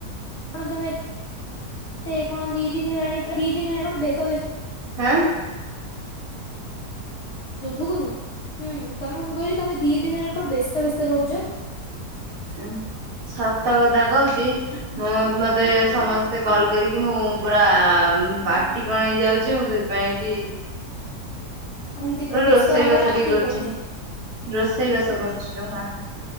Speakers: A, on the left; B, on the right.
A: କଣ ତମେ ଏତେ କଣ ଦିଦିନି ହେଲାଣି ପୁରା ଦିଦିନି ହେଲାଣି କଣ ବ୍ୟସ୍ତ ବ୍ୟ
B: ହାଁ।
A: <unintelligible> ହୁଁ ତମେ ମୁଁ କହିଲି ତମେ ଦି ଦିନ ହେଲାଣି କଣ ବ୍ୟସ୍ତ ବ୍ୟସ୍ତ ରୋହୁଚ।
B: ଉଁ ସତ କଥା କହୁଚି। ମୁଁ ମତେ ସମସ୍ତେ କଲ୍ କରିକି ମୁଁ ପୁରା ପାର୍ଟି କଣ ହେଇଯାଉଚି ମୁଁ ସେ ପାଇଁକି
A: ଏମ୍ତି ପୁରା ବ୍ୟସ୍ତ
B: ରୋଷେଇ
A: ହବାର
B: ବାସ
A: ଆକ୍ଟିଂ
B: ଟିକେ କରୁଛି
A: କରୁଚ।
B: ରୋଷେଇ ବାସ କରୁଛି ଲୋ ମା